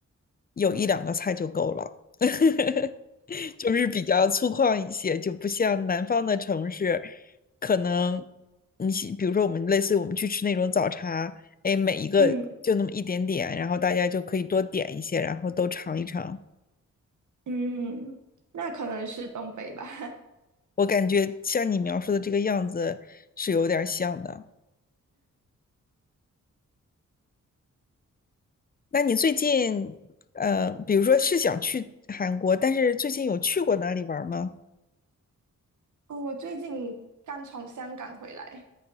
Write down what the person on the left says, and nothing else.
有一两个菜就够了，<laughs> 就是比较粗犷一些，就不像南方的城市，可能你喜比如说我们类似于我们去吃那种早茶。哎，每一个就那么一点点，
然后大家就可以多点一些，然后都尝一尝。
我感觉像你描述的这个样子是有点像的。那你最近，呃，比如说是想去韩国，但是最近有去过哪里玩吗？